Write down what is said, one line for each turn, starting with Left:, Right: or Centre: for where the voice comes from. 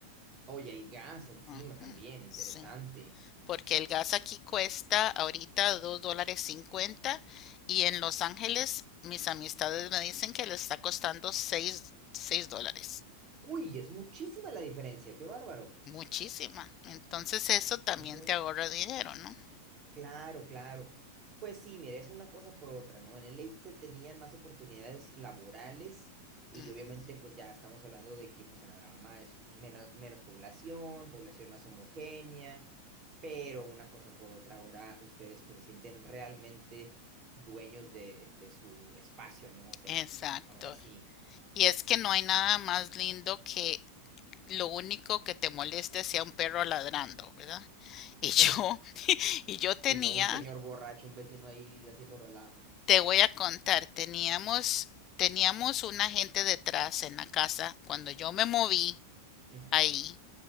Right: Oye, el gas encima
Left: Ujú,
Right: también, interesante.
Left: sí porque el gas aquí cuesta ahorita dos dólares cincuenta y en Los Ángeles mis amistades me dicen que le está costando seis, seis dólares.
Right: Uy, es muchísima la diferencia, qué bárbaro.
Left: Muchísima. Entonces eso
Right: Fíjese.
Left: también te ahorra dinero, ¿no?
Right: Claro, claro. Pues sí, mira, es una cosa por otra, ¿no? En el late se tenían más oportunidades laborales y
Left: Ujú.
Right: obviamente pues ya estamos hablando de que pues en Alabama es menos, menos población, población más homogénea, pero una cosa por otra, ahora ustedes pues se sienten realmente dueños de, de su espacio, ¿no? O sea,
Left: Exacto.
Right: ahora sí.
Left: Y es que no hay nada más lindo que lo único que te moleste sea un perro ladrando, ¿verdad? Y yo,
Right: <laughs>
Left: <laughs> y yo tenía
Right: Y no un señor borracho, un vecino ahí haciendo relajo.
Left: Te voy a contar, teníamos, teníamos un agente detrás en la casa. Cuando yo me moví
Right: Ujú.
Left: ahí,